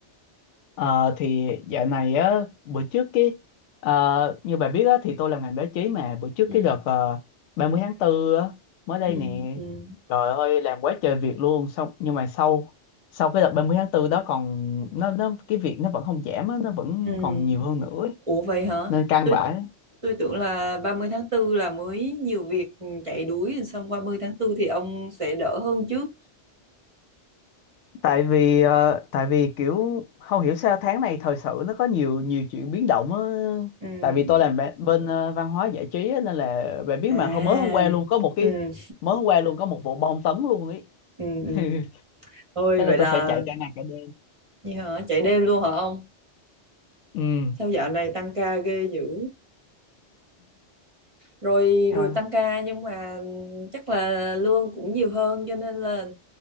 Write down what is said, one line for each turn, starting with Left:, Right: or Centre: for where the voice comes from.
Left: Ờ, thì dạo này á, bữa trước cái ờ, như bà biết á, thì tôi làm ngành báo chí mà bữa trước
Right: Ừ,
Left: cái đợt ờ, 30 tháng 4 á, mới đây
Right: ừ,
Left: nè.
Right: ừ,
Left: Trời ơi, làm quá trời việc luôn, xong nhưng mà sau sau cái đợt 30 tháng 4 đó còn nó nó cái việc nó vẫn không giảm á, nó vẫn
Right: ừ.
Left: còn nhiều hơn nữa ấy.
Right: Ủa vậy hả?
Left: Nên căng
Right: Tôi
Left: vãi.
Right: tôi tưởng là 30 tháng tư là mới nhiều việc chạy đuổi xong 30 tháng tư thì ông sẽ đỡ hơn chứ.
Left: tại vì ờ, tại vì kiểu không hiểu sao tháng này thời sự nó có nhiều nhiều chuyện biến động á
Right: Ừ.
Left: tại vì tôi làm bên, bên ờ, văn hóa giải trí á, nên là bạn biết
Right: À.
Left: mà hôm mới hôm qua luôn có một cái
Right: Ừ,
Left: mới hôm qua luôn có một vụ bom tấn luôn ấy
Right: ừ, ừ.
Left: <laughs>
Right: Ôi
Left: thế là
Right: vậy là
Left: tôi phải chạy cả ngày cả đêm
Right: như hả? Chạy đêm luôn hả ông?
Left: ừ
Right: Sao dạo này tăng ca ghê dữ? rồi
Left: à,
Right: rồi tăng ca nhưng mà chắc là lương cũng nhiều hơn cho nên là